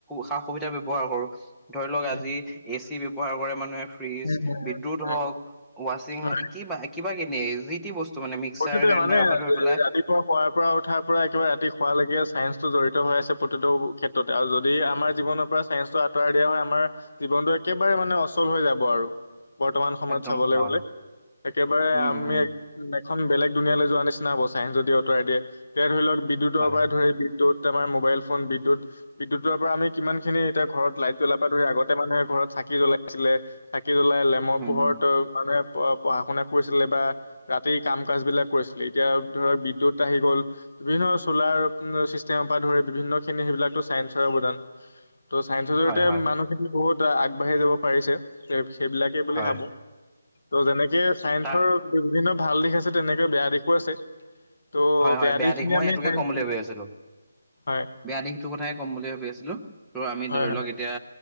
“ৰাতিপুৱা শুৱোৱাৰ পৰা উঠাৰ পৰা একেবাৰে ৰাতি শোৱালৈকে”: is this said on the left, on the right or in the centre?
Left